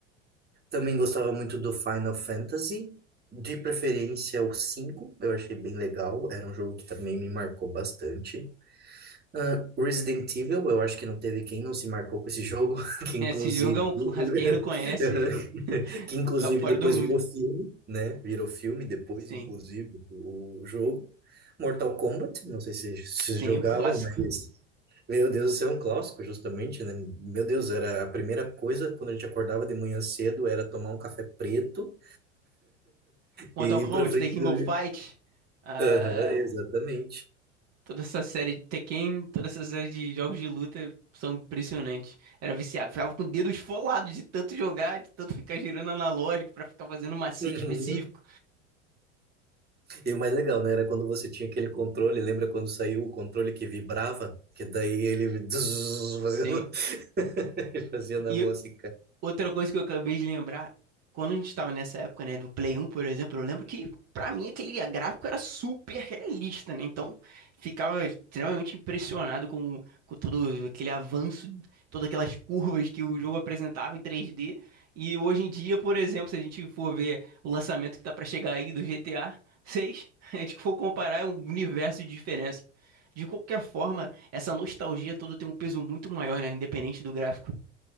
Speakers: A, on the right (about 25°); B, on the right (about 45°).
A: Também gostava muito do Final Fantasy, de preferência o 5 eu achei bem legal, era um jogo que também me marcou bastante. Ah, Resident Evil, eu acho que não teve quem não se marcou com esse jogo, <laughs> que inclusive
B: É, Esse jogo é um
A: <laughs>
B: clássico. Quem não conhece, <laughs>
A: Que inclusive
B: tá fora
A: depois
B: do mundo.
A: virou filme, né? Virou filme depois,
B: Sim,
A: inclusive, o o jogo. Mortal Kombat, não sei se se
B: sim,
A: jogava,
B: um clássico.
A: mas meu Deus, isso é um clássico, justamente, né? Meu Deus, era a primeira coisa quando a gente acordava de manhã cedo era tomar um café preto
B: Mortal
A: e
B: Kombat,
A: ir pra frente
B: Tekken
A: do.
B: Go Fight, ah,
A: Aham, exatamente.
B: toda essa série de Tekken, toda essa série de jogos de luta são impressionantes. Era viciado, ficava com o dedo esfolado de tanto jogar, de tanto ficar girando analógico pra ficar fazendo um macete
A: Uhum.
B: específico.
A: E o mais legal, né? Era quando você tinha aquele controle, lembra quando saiu o controle que vibrava? Que daí ele <laughs> fazia
B: Sim.
A: na <laughs> ele fazia na
B: E
A: mão assim.
B: Outra coisa que eu acabei de lembrar, quando a gente estava nessa época, né, do Play 1, por exemplo, eu lembro que pra mim aquele gráfico era super realista, né? Então, ficava extremamente impressionado com, com todo aquele avanço, todas aquelas curvas que o jogo apresentava em 3D. E hoje em dia, por exemplo, se a gente for ver o lançamento que tá pra chegar aí do GTA 6, a seis, <laughs> a gente for comparar é um universo de diferença. De qualquer forma, essa nostalgia toda tem um peso muito maior, né? Independente do gráfico.